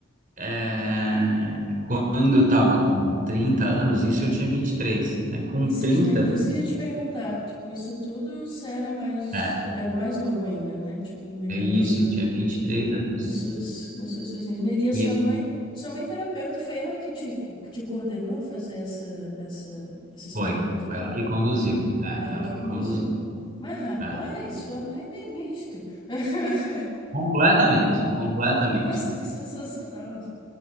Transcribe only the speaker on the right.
é, quando eu estava com 30 anos, isso eu tinha vinte e três Aí com
trinta
é,
é isso,
eu tinha 23 anos.
E
foi, foi
ela que conduziu. É,
ela
que conduziu.
É,
completamente, completamente.